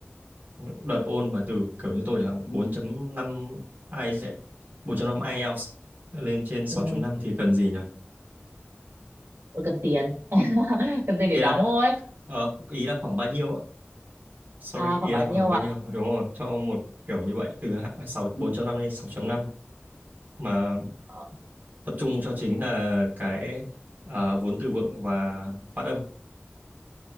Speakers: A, on the right; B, on the right.
A: những đợt ôn mà từ kiểu như tôi chẳng hạn bốn chấm năm ai sẽ 4.5 IELTS lên trên sáu
B: ừ.
A: chấm năm thì cần gì nhỉ?
B: Ôi, cần tiền. <laughs> Cần tiền
A: Ý
B: để
A: là
B: đóng thôi.
A: ờ, ý là khoảng bao nhiêu ạ? Sorry,
B: À,
A: ý
B: khoảng
A: là
B: bao
A: khoảng
B: nhiêu
A: bao
B: à?
A: nhiêu? Đúng rồi, cho một kiểu như vậy từ hạ- sáu bốn chấm năm lên sáu chấm năm mà
B: Ờ,
A: tập trung cho chính là cái à, vốn từ vựng và phát âm.